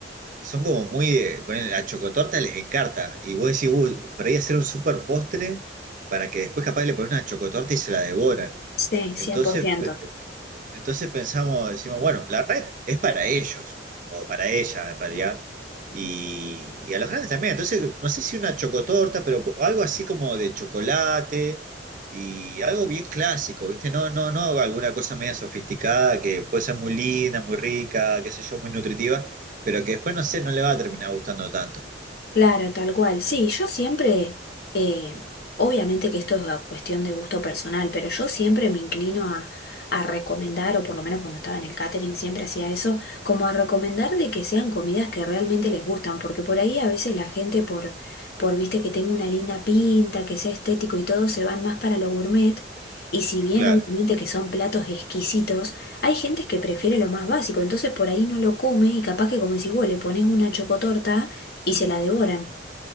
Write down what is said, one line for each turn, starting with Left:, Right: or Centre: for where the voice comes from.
Right: Son como muy de, ponen, la chocotorta les encanta. Y vos decís, uy, a hacer un super postre para que después capaz le ponen una chocotorta y se la devoran.
Left: Sí,
Right: Entonces,
Left: cien por ciento
Right: entonces pensamos, decimos, bueno, la red es para ellos, o para ella en realidad, y, y a los grandes también. Entonces, no sé si una chocotorta, pero po- algo así como de chocolate y algo bien clásico, ¿viste? No, no, no, alguna cosa media sofisticada que puede ser muy linda, muy rica, qué sé yo, muy nutritiva, pero que después, no sé, no le va a terminar gustando tanto.
Left: Claro, tal cual. Sí, yo siempre, eh, obviamente que esto es a cuestión de gusto personal, pero yo siempre me inclino a, a recomendar, o por lo menos cuando estaba en el catering siempre hacía eso, como a recomendar de que sean comidas que realmente les gustan, porque por ahí a veces la gente por, por viste que tenga una linda pinta, que sea estético y todo, se van más para lo gourmet. Y si bien
Right: Claro.
Left: obviamente que son platos exquisitos, hay gente que prefiere lo más básico, entonces por ahí no lo come y capaz que como si vos le pones una chocotorta y se la devoran.